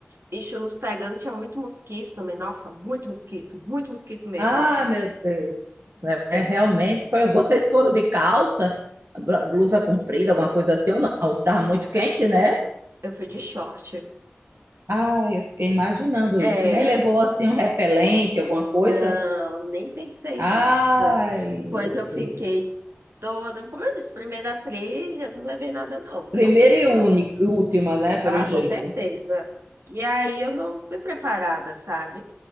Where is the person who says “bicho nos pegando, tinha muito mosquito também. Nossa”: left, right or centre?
Right